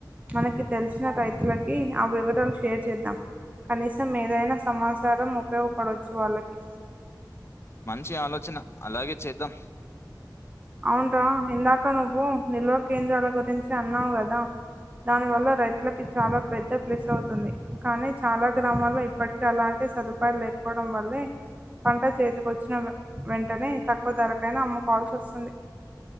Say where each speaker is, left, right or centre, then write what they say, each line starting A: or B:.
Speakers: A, on the right (about 20°); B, on the left (about 35°).
A: మనకి తెలిసిన రైతులకి ఆ వివరాలు షేర్ చేద్దాం. కనీసం ఏదైనా సమాచారం ఉపయోగపడవచ్చు వాళ్ళకి.
B: మంచి ఆలోచన అలాగే చేద్దాం.
A: అవునుర ఇందాక నువ్వు నిల్వ కేంద్రాల గురించి అన్నావు కదా. దాని వల్ల రైతులకి చాలా పెద్ద ప్లెస్ అవుతుంది కానీ చాలా గ్రామాల్లో ఇప్పటిక అలాంటి సదు. రూపాయలు లేపోవడం వల్లే పంట చేతికి వచ్చిన వెంటనే తక్కువ ధరక్. కేనా అమ్ముకోవాల్సి వస్తుంది